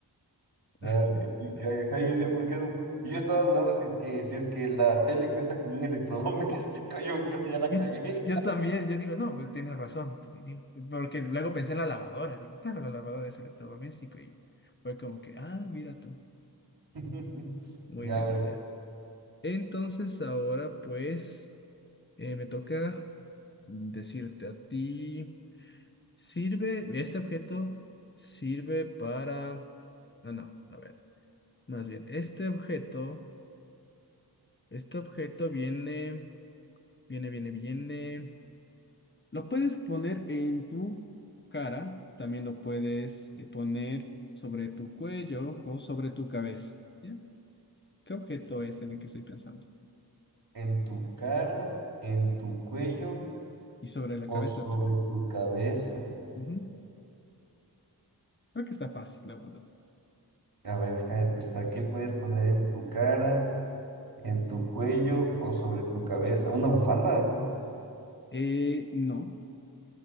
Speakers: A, on the right (about 65°); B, on the left (about 30°).
A: Dale.
B: <laughs>
A: Y, ca- ajá, yo decía, ¿por qué no? Y yo estaba dudando si es que, si es que la tele cuenta como un electrodoméstico. <laughs> Yo creo que ya la
B: Yo,
A: cagué.
B: yo también, yo digo, no, pues tienes razón. Y digo, Porque luego pensé en la lavadora. Digo, claro, la lavadora es electrodoméstico y fue como que, ah, mira tú.
A: <laughs>
B: Muy
A: Ya,
B: bien,
A: ¿verdad?
B: muy bien. Entonces ahora pues eh, me toca decirte a ti. Sirve, este objeto sirve para... Ah, no, a ver, más bien, este objeto, este objeto viene, viene, viene, viene... Lo puedes poner en tu cara, también lo puedes eh, poner sobre tu cuello o sobre tu cabeza. ¿ya? ¿Qué objeto es en el que estoy pensando?
A: En tu cara, en tu cuello
B: Y sobre la
A: o
B: cabeza
A: sobre
B: también.
A: tu cabeza.
B: Ujú. Creo que está fácil, la verdad.
A: A ver, déjame pensar, ¿qué puedes poner en tu cara? ¿En tu cuello o sobre tu cabeza? ¿Una bufanda?
B: Eh, no,